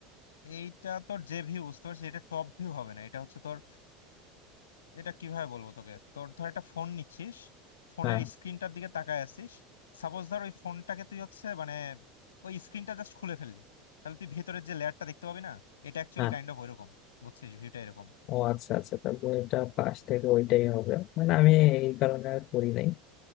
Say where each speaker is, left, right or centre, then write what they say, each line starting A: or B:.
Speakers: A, on the left; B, on the left.
A: এইটা তোর যে ভিউ বুঝতে পারছিস এটা টপ ভিউ হবে না এটা হচ্ছে তোর এটা কিভাবে বলবো তোকে তোর ধর একটা ফোন নিচ্ছিস ফোনের
B: হ্যাঁ
A: স্ক্রিনটার দিকে তাকায় আছিস সাপোজ ধর ওই ফোনটাকে তুই হচ্ছে মানে ওই স্ক্রিনটা জাস্ট খুলে ফেললি তাহলে তুই ভিতরের যে লেয়ারটা দেখতে পাবি না এটা অ্যাকচুয়ালি
B: হ্যাঁ
A: কাইন্ড অফ ওইরকম বুঝছিস ভিউটা এরকম
B: ও আচ্ছা আচ্ছা তাহলে এটা পাশ থেকে ওইটাই হবে মানে আমি এই কারণে আর করি নাই